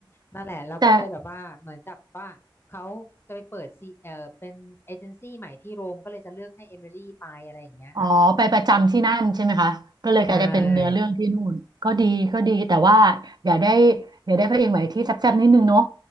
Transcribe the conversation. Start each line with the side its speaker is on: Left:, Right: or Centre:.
Left: นั่นแหละแล้วก็เลยแบบว่าเหมือนกับว่าเขาจะไปเปิดซีเอ่อเป็นเอเจนซี่ใหม่ที่โรมก็เลยจะเลือกให้เอมิลี่ไปอะไรอย่างเงี้ยค่ะ
Right: แต่ อ๋อไปประจำที่นั่นใช่ไหมคะก็เลยกลายจะเป็นเนื้อเรื่องที่นู่นก็ดีก็ดีแต่ว่า
Left: ใช่
Right: อย่าได้อย่าได้พระเอกใหม่ที่แซ่บๆนิดนึงเนาะ